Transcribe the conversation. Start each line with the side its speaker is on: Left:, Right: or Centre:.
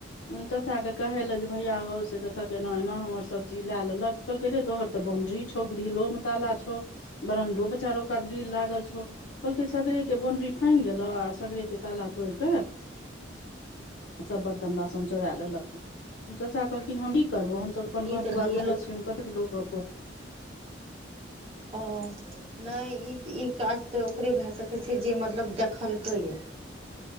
Left: चाचा के कहै लए जे भैया हौ से देखक एना एना हमर सब चीज लए लेलक रै तोहरऽ बाउंड्री छौ ग्रिलो मे ताला छौ बरंडो पर चारो कात ग्रिल लागल छौ कहलकै सगरे के बाउंड्री फाइन गेलो आ सगरे के ताला तोड़ि कऽ सभ बर्तन बासन चोरा लेलक चाचा कहलखिन हम ई करबो हमसभ अपन
Right: ई
Left: घर
Right: तऽ
Left: दुआर
Right: घैये
Left: मे हय
Right: लोक
Left: छियै हम कतेक लोक
Right: हँ नहि ई ई काज तऽ ओकरे भए सकै छै जे मतलब देखलकै या